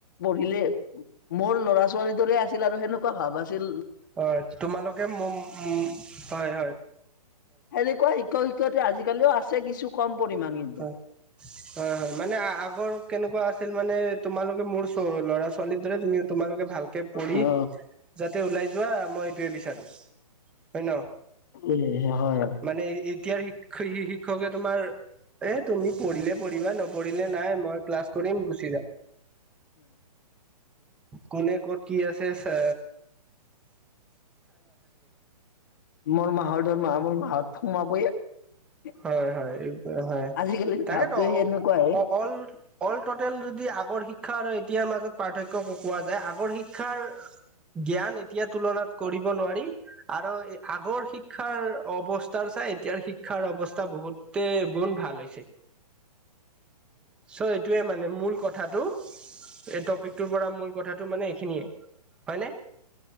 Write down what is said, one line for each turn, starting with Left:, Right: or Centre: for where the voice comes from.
Left: পঢ়িল, মোৰ ল'ৰা ছোৱালীৰ দৰে আছিল আৰু সেনেকুৱা। ভাবাছিল।
Centre: হয়', তোমালোকে ম-ম হয়-হয়।
Left: সেনেকুৱা শিক্ষক শিক্ষয়িত্ৰী আজিকালিও আছে কিছু কম পৰিমাণ। কিন্তু।
Centre: হয়-হয়-হয় মানে আগৰ কেনেকুৱা আছিল মানে তোমালোকে মোৰ স্কুল ত ল'ৰা ছোৱালীৰ দৰে তুমি তোমালোকে ভালকে পঢ়ি,
Left: অ
Centre: যাতে ওলাই যোৱা মই বিচাৰো, হয় ন'।
Left: এ হয়
Centre: মানে এ এতিয়াৰ শি-শিক্ষকে তোমাৰ, এ তুমি পঢ়িলে পঢ়িবা নপঢ়িলে নাই। মই ক্লাছ কৰিম গুচি যাম। কোনে ক'ত কি আছে চা
Left: মোৰ মাহতৰ মা <inaudible>
Centre: হয়-হয়, এই হয়।
Left: আজিকালি
Centre: তাকেতো
Left: ভাৱটো সেনেকুৱাহে।
Centre: অ-অ অল-অল টটেল যদি আগৰ শিক্ষা আৰু। এয়াৰ মাজত পাৰ্থক্য কোৱা যায় আগৰ শিক্ষাৰ জ্ঞান। এতিয়া তুলনাত কৰিব নোৱাৰি আৰু আগৰ শিক্ষাৰ অৱস্থাৰ চাই। এতিয়াৰ শিক্ষাৰ অৱস্থা বহুতে গুণ ভাল। চ' এইটোৱে মানে মূল কথাটো। এই টপিকটোৰ পৰা মূল কথাটো মানে এইখিনিয়ে হয়নে?